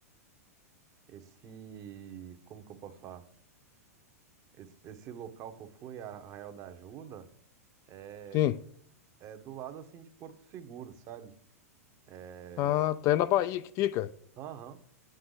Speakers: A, on the right; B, on the left.
A: esse, como que eu posso falar? Esse, esse local que eu fui, Arraial da Ajuda, é,
B: Sim.
A: é do lado, assim, de Porto Seguro, sabe? É,
B: Ah, tá. É na Bahia que fica?
A: aham,